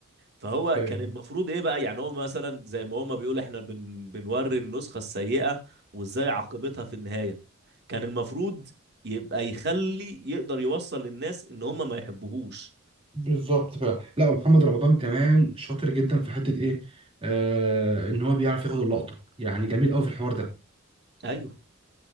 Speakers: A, on the right; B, on the right.
A: فهو
B: ايوه
A: كان المفروض ايه بقى يعني هو مثلا زي ما هما بيقول احنا بن بنوري النسخة السيئة وازاي عاقبتها في النهاية كان المفروض يبقى يخلي يقدر يوصل للناس ان هما ما يحبوهوش
B: بالظبط فعلا لا ومحمد رمضان كمان شاطر جدا في حته ايه آه ان هو بيعرف ياخد اللقطه يعني جميل قوي في الحوار ده
A: ايوه